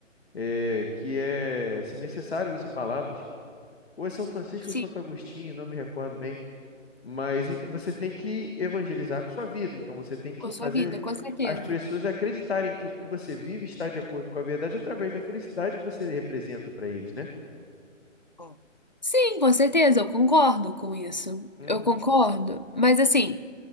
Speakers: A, on the left (about 50°); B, on the left (about 35°).
A: é, que é: se necessário, use palavras. Ou é São Francisco
B: sim,
A: ou Santo Agostinho, não me recordo bem, mas e- você tem que evangelizar com sua vida, então você tem que
B: com a
A: fazer
B: sua vida, com certeza.
A: as pessoas acreditarem que o que você vive está de acordo com a verdade através da felicidade que você representa para eles, né?
B: Ó, Sim, com certeza, eu concordo com isso.
A: Uhum.
B: Eu concordo. Mas assim,